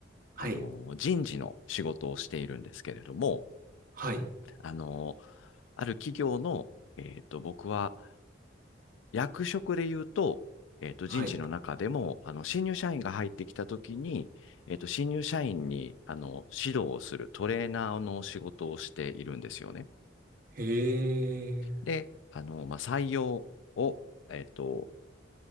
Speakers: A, on the right; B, on the left.
A: はい、
B: あの、人事の仕事をしているんですけれども、
A: はい、
B: あの、ある企業の、えっと、僕は役職で言うと、えっと、人事の中でも、
A: はい。
B: あの、新入社員が入ってきたときに、えっと、新入社員に、あの、指導をするトレーナーの仕事をしているんですよね。
A: へえ、
B: で、あの、まあ、採用を、えっと、